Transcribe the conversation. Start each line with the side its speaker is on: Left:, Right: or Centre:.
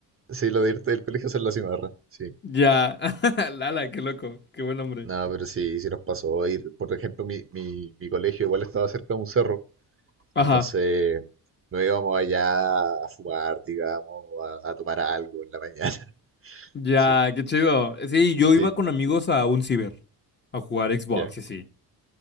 Right: sí, lo de irte del colegio a hacer la cimarra, sí.
Left: Ya, <laughs> Lala, qué loco, qué buen hombre.
Right: No, pero sí, sí nos pasó ir, por ejemplo, mi, mi, mi colegio igual estaba cerca de un cerro, entonces
Left: Ajá,
Right: nos íbamos allá a fumar, digamos, a, a tomar algo en la mañana. <laughs>
Left: ya,
Right: Sí,
Left: qué chido. Sí, yo
Right: sí,
Left: iba con amigos a un ciber, a jugar Xbox
Right: ya.
Left: y así.